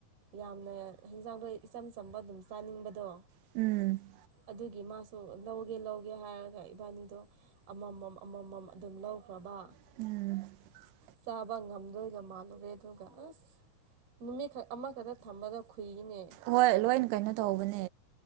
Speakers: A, on the right (about 65°); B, on the right (about 85°).
A: ꯌꯥꯝꯅ ꯍꯦꯟꯖꯥꯡꯗꯣꯏ ꯏꯆꯝ ꯆꯝꯕ ꯑꯗꯨꯝ ꯆꯥꯅꯤꯡꯕꯗꯣ
B: <inaudible>
A: ꯑꯗꯨꯒꯤ ꯃꯥꯁ ꯂꯧꯒꯦ ꯂꯧꯒꯦ ꯍꯥꯏꯔꯒ ꯏꯕꯥꯅꯤꯗꯣ ꯑꯃꯃꯝ ꯑꯃꯃꯝ ꯑꯗꯨꯝ ꯂꯧꯈ꯭ꯔꯕ
B: <inaudible>
A: ꯆꯥꯕ ꯉꯝꯗꯣꯏꯒ ꯃꯥꯜꯂꯨꯔꯦ ꯑꯗꯨꯒ ꯑꯁ ꯅꯨꯃꯤꯠꯈꯛ ꯑꯃꯈꯇ ꯊꯝꯕꯗ ꯈꯨꯨꯏꯔꯤꯅꯦ
B: ꯍꯣꯏ ꯂꯣꯏꯅ ꯀꯩꯅꯣ ꯇꯧꯕꯅꯦ